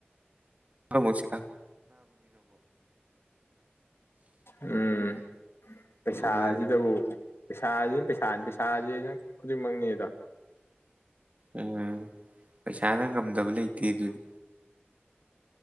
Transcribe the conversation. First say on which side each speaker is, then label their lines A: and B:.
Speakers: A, on the right; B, on the left.
A: ꯍꯂꯣꯁꯤ ꯀꯥꯟ
B: ꯎꯝ ꯄꯩꯁꯥꯁꯤꯗꯕꯨ
A: ꯑꯗꯨꯅ
B: ꯄꯩꯁꯥꯁꯤꯅ ꯄꯩꯁꯥꯅꯤ ꯄꯩꯁꯥꯁꯤꯅ ꯈꯨꯗꯤꯡꯃꯛꯅꯤ ꯑꯗ
A: ꯎꯝ ꯄꯩꯁꯥꯅ ꯉꯝꯗꯕ ꯂꯩꯇꯦ ꯑꯗꯨꯅꯤ